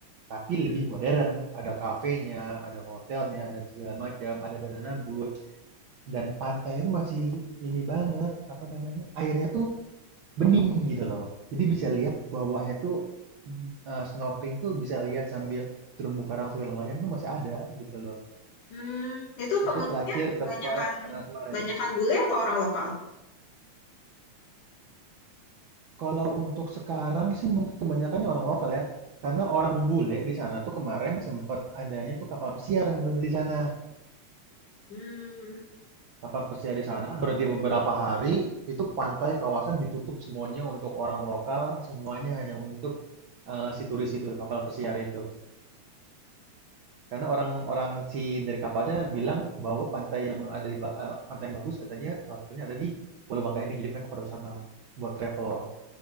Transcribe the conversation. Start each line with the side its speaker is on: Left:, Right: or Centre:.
Right: Tapi
Left: Mhm.
Right: lebih modern, ada kafenya, ada hotelnya dan segala macam, ada banana boat dan pantai itu masih ini banget, apa namanya? Airnya tuh bening gitu loh. Jadi bisa lihat bawahnya tuh eh, snorkeling tuh bisa lihat sambil terumbu karang segala macam tuh masih ada gitu loh.
Left: Hmm, itu pengunjungnya
Right: Itu terakhir tempat
Left: banyakan
Right: eh, kemarin.
Left: banyakan bule apa orang lokal?
Right: Kalau untuk sekarang sih mungkin kebanyakannya orang lokal ya, karena orang bule di sana tuh kemarin sempet adanya tuh kapal pesiar yang berhenti di sana.
Left: Hmm,
Right: Kapal pesiar di sana berarti beberapa hari itu pantai kawasan ditutup semuanya untuk orang lokal, semuanya hanya untuk eh, si turis itu kapal pesiar itu. Karena orang-orang si dari kapalnya bilang bahwa pantai yang ada di Ba- eh, pantai yang bagus katanya salah satunya ada di Pulau Bangka ini, jadi mereka pada ke sana buat travel